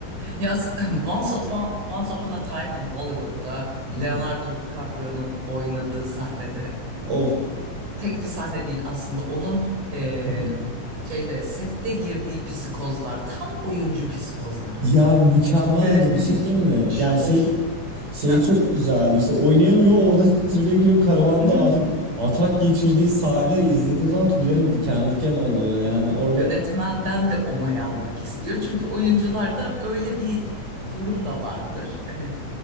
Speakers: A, on the right; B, on the right.
A: Ya s- <laughs> Once Upon, Once Upon a Time in Hollywood'da
B: <laughs>
A: Leonardo DiCaprio'nun oynadığı sahnede
B: Of.
A: tek bir sahne değil aslında onun eee,
B: <laughs>
A: şeyde sette girdiği psikozlar tam oyuncu psikozları.
B: Ya mükemmeldi
A: Yönetim
B: bir şey değil mi?
A: çok
B: Yani şey
A: iyi.
B: şey
A: Ha.
B: çok güzeldi. İşte oynayamıyor orada tribe giriyor karavanda
A: Hı hı.
B: artık atak geçirdiği sahne
A: Hı.
B: izlediğim zaman tüylerim diken diken oldu böyle yani orada
A: Yönetmenden de onay almak istiyor. Çünkü oyuncularda öyle bir durum da vardır. Hani